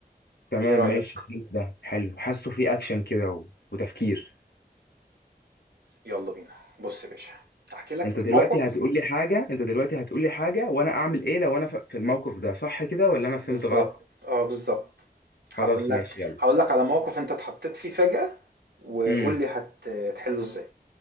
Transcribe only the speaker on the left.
تمام
ماشي حلو ده حلو حاسه في اكشن كده و... وتفكير
انت دلوقتي
هتقول لي حاجة انت دلوقتي هتقول لي حاجة وانا اعمل ايه لو انا ف... في الموقف ده صح كده ولا انا فهمت
غلط
خلاص
ماشي يلا
امم